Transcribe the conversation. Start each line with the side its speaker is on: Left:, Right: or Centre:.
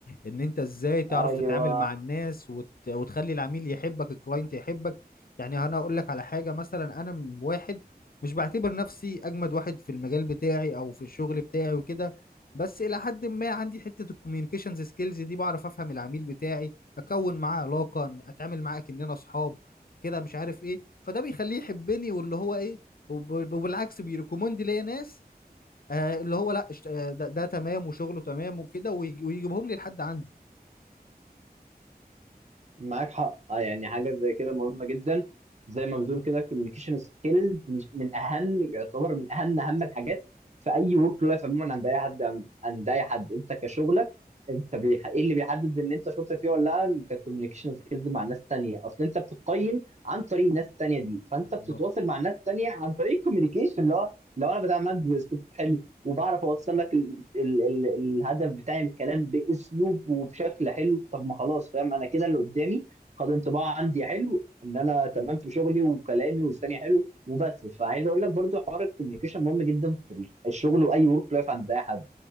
Left: ان انت ازاي تعرف
Right: ايوه
Left: تتعامل مع الناس وت... وتخلي العميل يحبك الكلاينت يحبك يعني انا اقول لك على حاجه مثلا انا م- واحد مش بعتبر نفسي اجمد واحد في المجال بتاعي او في الشغل بتاعي وكده بس الى حد ما عندي حته الكوميونيكيشنز سكيلز دي بعرف افهم العميل بتاعي اكون معاه علاقه اتعامل معاه كاننا اصحاب كده مش عارف ايه فده بيخليه يحبني واللي هو ايه وب- وبالعكس بيريكومند ليا ناس آه اللي هو لا اشت- آه، ده, ده تمام وشغله تمام وكده ويج- ويجيبهم لي لحد عندي
Right: معاك حق آه، يعني حاجه زي كده مهمه جدا زي ما بتقول كده الكوميونيكيشن سكيلز مش من اهم يعتبر من اهم اهم الحاجات في اي ورك لايف عموما عند اي حد عند اي حد انت كشغلك انت بيح... ايه اللي بيحدد ان انت شاطر فيه ولا لا انت الكوميونيكيشن سكيلز مع ناس تانية اصل انت بتقيم عن طريق الناس التانية دي فانت
Left: بالظبط
Right: بتتواصل مع ناس تانية عن طريق الكوميونيكيشن اللي هو لو انا بتعامل معاك باسلوب حلو وبعرف اوصل لك ال ال ال الهدف بتاعي من الكلام باسلوب وبشكل حلو طب ما خلاص فاهم انا كده اللي قدامي خد انطباع عندي حلو ان انا تمام في شغلي وكلامي والثاني حلو وبس فعايز اقول لك برضو حوار الكوميونيكيشن مهم جدا في الشغل واي ورك لايف عند اي حد